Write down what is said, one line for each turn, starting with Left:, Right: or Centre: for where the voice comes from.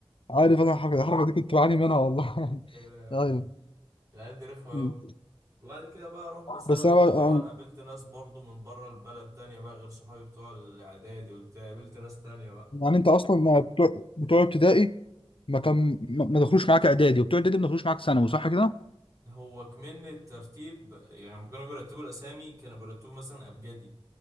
Left: عارف انا الحركة الحركة دي كنت بعاني منها والله <laughs>
Right: يا لهوي
Left: ايوه
Right: العيال دي رخمة
Left: م.
Right: أوي وبعد كده بقى رحنا ثانوي
Left: بس انا
Right: بقى طبعا
Left: أنا-
Right: قابلت ناس برضو من بره البلد تانية بقى غير صحابي بتوع الإعدادي والبتاع قابلت ناس تانية بقى
Left: يعني انت اصلا ما بتوع بتوع ابتدائي ما كان ما ما دخلوش معاك اعدادي وبتوع اعدادي ما دخلوش معاك ثانوي صح كده؟
Right: هو كمان الترتيب يعني لما كانوا بيرتبوا الأسامي كانوا بيرتبوا مثلا أبجدي